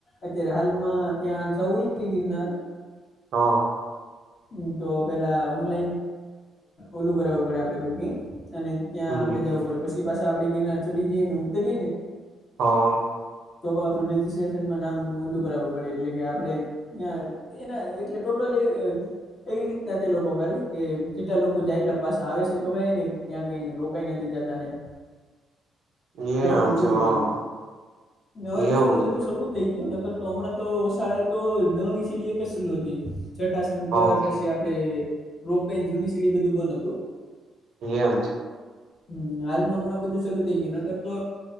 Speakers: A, on the left (about 50°); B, on the right (about 75°).
A: અત્યારે હાલમાં ત્યાં જવું ને ગિરનાર
B: હ હ.
A: હ તો પેલા ઓનલાઈન ઓલું કરાવવું પડે આપડે બુકિંગ અને ત્યાં
B: હમ
A: આપણે જવું પડે પછી પાછા આપડે ગિરનાર ચડી જઈએ ને ઉતરીયએ ને
B: હ.
A: તો પણ આપડું રજિસ્ટ્રેશનમાં નામ ઓલું કરાવવું પડે એટલે કે આપડે અયાં એ ના એટલે ટોટલ એ એવી રીતના તે લોકો કરે કે જેટલા લોકો જાય એટલા પાસે આવે છે તો કેને ત્યાં કઈ રો કઈ નથી જતા ને એમ.
B: એમ
A: કઈ પ
B: છે
A: હોય
B: હા
A: કેમ હોય તો
B: એવું
A: કે
B: છે
A: બધું સું થઈ ગયું નકર તો હમણાં તો વસાળ તો નવી સીડી એક જ સલ હતી જટાશંકર
B: હા
A: પછી આ આપણે રોપેન જૂની સીડી બધું બંધ હતું.
B: એ હમ છે.
A: હમ હાલમાં હમણાં બધું ચાલુ થઇ ગયું નગર તો